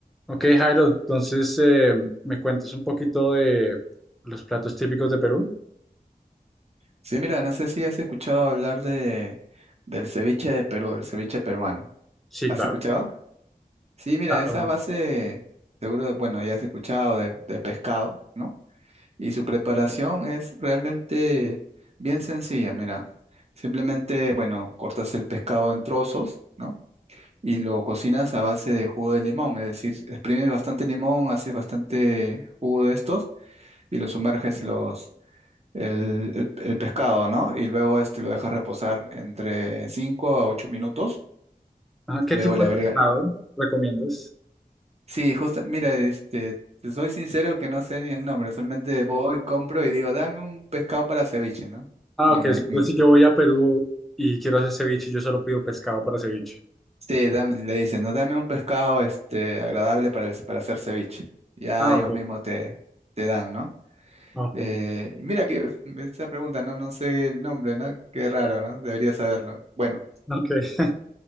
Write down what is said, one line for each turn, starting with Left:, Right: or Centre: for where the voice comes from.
Centre: Ok, Jairo, entonces eh, me cuentes un poquito de los platos típicos de Perú.
Right: Sí, mira, no sé si has escuchado hablar de, del ceviche de Perú, el ceviche peruano.
Centre: Sí,
Right: ¿Has
Centre: claro.
Right: escuchado? Sí, mira,
Centre: claro.
Right: esa base, seguro, bueno, ya has escuchado de, de pescado, ¿no? Y su preparación es realmente bien sencilla, mira. Simplemente, bueno, cortas el pescado en trozos, ¿no? Y lo cocinas a base de jugo de limón, es decir, exprimes bastante limón, haces bastante jugo de estos y lo sumerges los el, el- el pescado, ¿no? Y luego este lo dejas reposar entre 5 a 8 minutos.
Centre: Ah, ¿qué
Right: Luego
Centre: tipo
Right: le
Centre: de
Right: agrega.
Centre: pescado recomiendas?
Right: Sí, justo, mira, este, te soy sincero que no sé ni el nombre, solamente voy, compro y digo, dame un pescado para ceviche, ¿no?
Centre: Ah,
Right: Y
Centre: ok,
Right: me,
Centre: entonces
Right: me-
Centre: si yo voy a Perú y quiero hacer ceviche, yo solo pido pescado para ceviche.
Right: sí, dame- le dicen, no, dame un pescado este, agradable para, el- para hacer ceviche. Ya
Centre: Ah,
Right: ellos
Centre: ok,
Right: mismos te, te dan, ¿no?
Centre: ok,
Right: Eh, y mira que esa pregunta, no, no sé el nombre, ¿no? Qué raro, ¿no? Debería saberlo. Bueno.
Centre: ok.